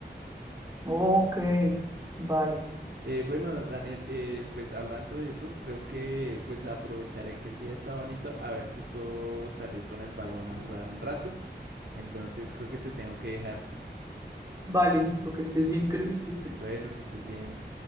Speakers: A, on the right (about 20°); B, on the right (about 75°).
A: Ok, vale,
B: Eh, bueno, Daniel, eh, pues hablando de eso, creo que pues aprovecharé que el día está bonito a ver si puedo salir con el balón a jugar un rato. Entonces creo que te tengo que dejar.
A: vale, listo, que estés bien y que lo disfrutes.
B: Bueno, que estés bien.